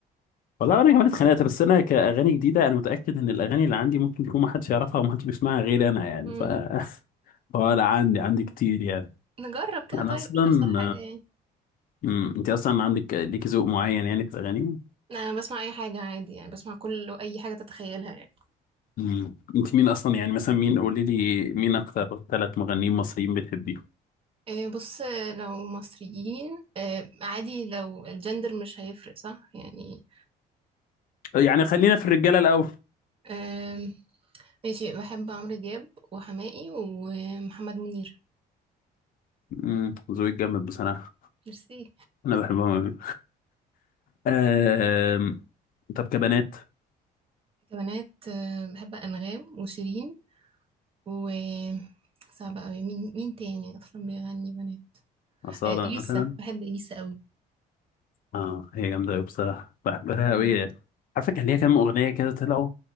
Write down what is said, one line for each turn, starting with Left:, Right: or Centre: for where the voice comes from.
Left: والله انا كمان اتخانقت بس انا كاغاني جديده انا متاكد ان الاغاني اللي عندي ممكن يكون ما حدش يعرفها وما حدش بيسمعها غير انا يعني
Right: امم
Left: ف <laughs> فلا عندي عندي كتير يعني
Right: نجرب كده
Left: انا
Right: طيب
Left: اصلا
Right: مش تخسر حاجه يعني
Left: امم انت اصلا عندك ليك ذوق معين يعني في الاغاني
Right: انا بسمع اي حاجه عادي يعني بسمع كل اي حاجه تتخيلها يعني
Left: امم انت مين اصلا يعني مثلا مين قولي لي مين اكتر ثلاث مغنيين مصريين بتحبيهم
Right: إيه بص لو مصريين إيه عادي لو الجندر مش هيفرق صح يعني
Left: يعني خلينا في الرجاله الاول
Right: إيه ماشي بحب عمرو دياب وحماقي ومحمد منير
Left: امم ذوقك جامد بصراحه
Right: ميرسي
Left: انا بحبهم أوي. أم... طب كبنات
Right: كمانات آه، بحب أنغام وشيرين و صعب قوي مين مين تاني أصلا بيغني بنات
Left: أصالة
Right: آه إليسا
Left: مثلا
Right: بحب إليسا قوي
Left: اه هي جامدة أوي بصراحة بحبها
Right: مم.
Left: أوي عارفة كان ليها كام أغنية كده طلعوا